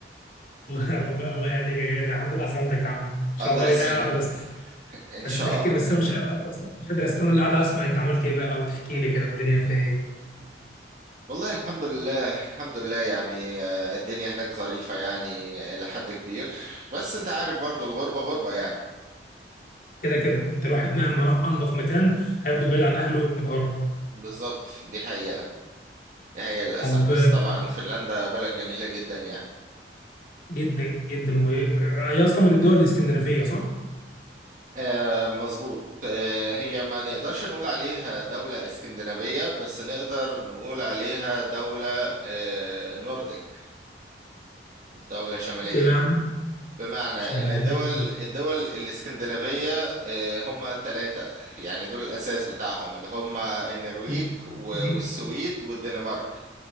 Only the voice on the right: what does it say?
الله
يسلمك
ان
شاء
الله
والله الحمد لله الحمد لله يعني آه، الدنيا هناك ظريفة يعني إلى حد كبير بس أنت عارف برضو الغربة غربة يعني
بالظبط دي حقيقة دي حقيقة للأسف
بس طبعا فنلندا بلد جميلة جدا يعني
آه مظبوط آه هي ما نقدرش نقول عليها دولة اسكندنافية بس نقدر نقول عليها دولة آه نورديك دولة شمالية
بمعنى
ان الدول الدول الاسكندنافية آه، هم ثلاثة يعني دول الاساس بتاعهم اللي هم النرويج
و-
والسويد والدنمارك